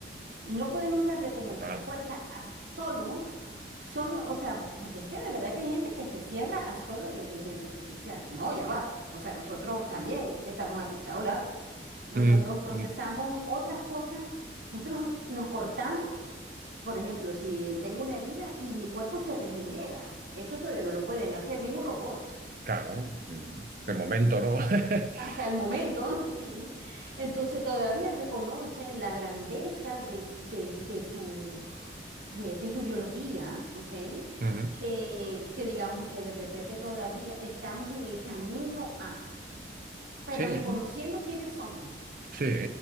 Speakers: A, on the right (about 80°); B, on the right (about 50°).
A: No podemos darle como
B: total.
A: la fuerza a solo, solo, o sea, porque es que de verdad que hay gente que se cierra a solo la inteligencia artificial. No, ya va. O sea, nosotros también estamos aquí. Hola, nosotros
B: Mm,
A: procesamos
B: mm,
A: otras cosas, nosotros nos cortamos. Por ejemplo, si tengo una herida y mi cuerpo se regenera, eso todavía no lo pueden hacer ningún robot.
B: claro, ujú. De momento, ¿no? <laughs>
A: Hasta el momento, <laughs> sí. Entonces todavía reconocen la grandeza de, de- de tu, de, de tu biología, ¿ok?
B: Ujú.
A: Que, que digamos que de repente todavía estamos en el camino a, pero
B: Sí.
A: reconociendo quiénes somos.
B: Sí,